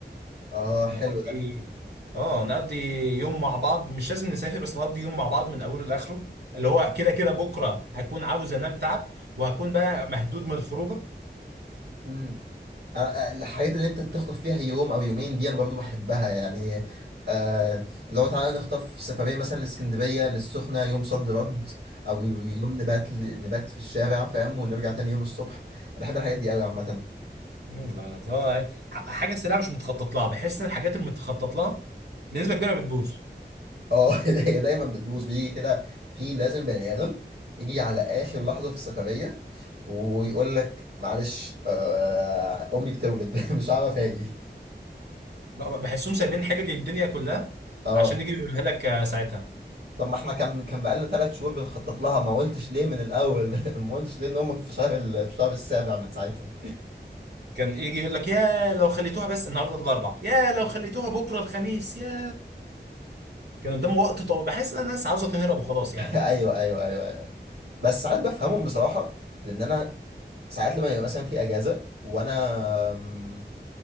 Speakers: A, on the right; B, on the right.
A: اه
B: نقضي
A: حلو ده
B: اه نقضي يوم مع بعض مش لازم نسافر بس نقضي يوم مع بعض من اوله لاخره اللي هو كده كده بكره هكون عاوز انام تعب وهكون بقى مهدود من الخروجه
A: امم أنا- أنا- الحاجات اللي انت بتخطف فيها يوم او يومين دي انا برضو بحبها يعني آه لو تعالى نخطف سفرية مثلا لاسكندرية للسخنة يوم صد رد او يوم نبات نبات في الشارع فاهم ونرجع تاني يوم الصبح أنا بحب الحاجات دي قوي عامة
B: مم، ده- ده- ح- حاجه سريعه مش متخطط لها بحس ان الحاجات اللي متخطط لها بنسبه كبيره بتبوظ
A: اه <laughs> هي دايما بتبوظ بيجي كده في لازم بني ادم يجي على اخر لحظه في السفريه ويقول لك معلش آه امي بتولد <laughs> مش عارف اجي
B: لا بحسهم سايبين حاجه الدنيا كلها
A: اه
B: عشان يجي يقولها لك آه، ساعتها
A: طب ما احنا كان كان بقالنا ثلاث شهور بنخطط لها ما قلتش ليه من الاول <laughs> ما قلتش ليه ان امك في شهر ال- في شهر السابع من ساعتها
B: كان يجي يقول لك يا لو خليتوها بس النهارده الاربع يا لو خليتوها بكره الخميس يا كان قدامه وقت طويل بحس ان الناس عاوزه تهرب وخلاص
A: <laughs>
B: يعني
A: ايوه ايوه ايوه أيوة. بس ساعات بفهمهم بصراحه لان انا ساعات لما يبقى مثلا في اجازه وانا آمم،